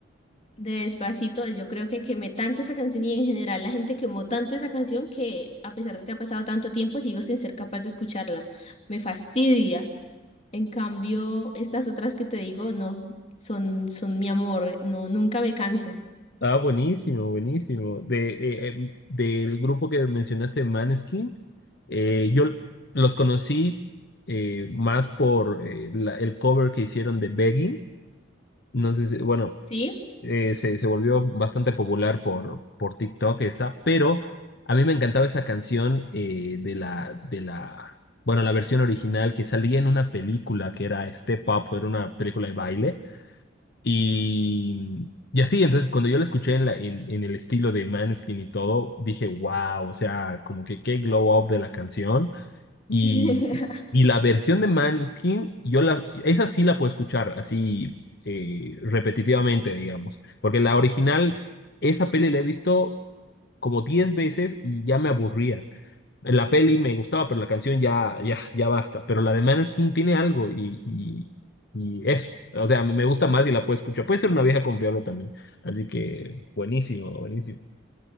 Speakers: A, on the left; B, on the left.
A: De Despacito, yo creo que quemé tanto esa canción y en general la gente quemó tanto esa canción que a pesar de que ha pasado tanto tiempo sigo sin ser capaz de escucharla. Me fastidia. En cambio, estas otras que te digo, no, son, son mi amor, no, nunca me canso.
B: Ah, buenísimo, buenísimo. De, eh, em, del grupo que mencionaste, Maneskin. Eh, yo los conocí eh, más por eh, la- el cover que hicieron de Begging. No sé si, bueno,
A: ¿Sí?
B: eh, se, se volvió bastante popular por, por TikTok esa, pero a mí me encantaba esa canción eh, de la, de la, bueno, la versión original que salía en una película que era Step Up, era una película de baile. Y, y así, entonces cuando yo la escuché en, la, en, en el estilo de Maneskin y todo, dije, wow, o sea, como que qué glow up de la canción. Y,
A: <laughs>
B: y la versión de Maneskin, yo la, esa sí la puedo escuchar así eh, repetitivamente, digamos, porque la original, esa peli la he visto como 10 veces y ya me aburría. La peli me gustaba, pero la canción ya, ya, ya basta. Pero la de Maneskin tiene algo y, y, y eso. O sea, me gusta más y la puedo escuchar. Puede ser una vieja confiable también. Así que buenísimo, buenísimo.